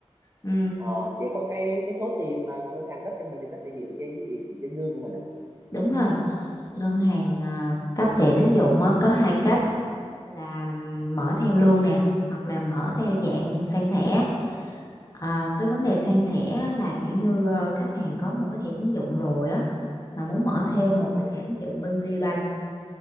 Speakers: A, on the left (about 35°); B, on the right (about 25°).
A: ừ.
B: Ờ, vậy còn cái cái số tiền mà, mà ngân hàng cấp cho mình thì nó sẽ dựa trên cái gì dựa trên lương của mình à
A: Đúng rồi, ngân hàng à, cấp thẻ tín dụng á, có hai cách là ừm, mở theo lương nè hoặc là mở theo dạng sang thẻ. À, cái vấn đề sang thẻ á là kiểu như ờ, khách hàng có một cái thẻ tín dụng rồi á mà muốn mở thêm
B: Ờ,
A: một cái thẻ tín dụng bên VBank